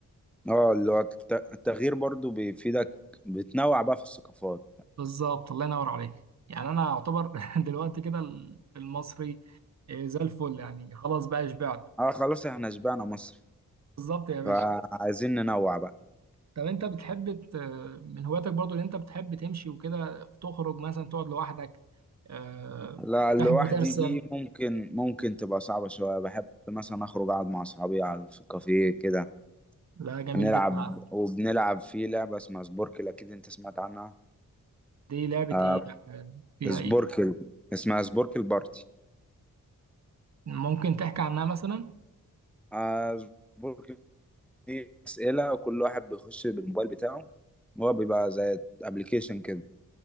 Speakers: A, in the centre; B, on the right (about 50°).
A: اه اللي هو الت- التغيير برضو بيفيدك بتنوع بقى في الثقافات
B: بالظبط الله ينور عليك يعني انا اعتبر <laughs> دلوقتي كده المصري آه، زي الفل يعني خلاص بقى شبعت
A: اه خلاص احنا شبعنا مصر
B: بالظبط يا باشا
A: فعايزين ننوع بقى
B: طب انت بتحب ت- من هواياتك برضو اللي انت بتحب تمشي وكده تخرج مثلا تقعد لوحدك آه،
A: لا لوحدي
B: تحب ترسم
A: دي ممكن ممكن تبقى صعبة شوية بحب مثلا أخرج أقعد مع أصحابي على في الكافيه كده
B: لا جميل
A: نلعب
B: جدا على فكرة.
A: وبنلعب في لعبة اسمها سبوركل أكيد أنت سمعت عنها
B: دي لعبة
A: آه
B: ايه يعني فيها
A: سبوركل
B: ايه
A: اسمها سبوركل بارتي
B: ممكن تحكي عنها مثلا
A: آه سبوركل دي أسئلة وكل واحد بيخش بالموبايل بتاعه هو بيبقى زي أبلكيشن كده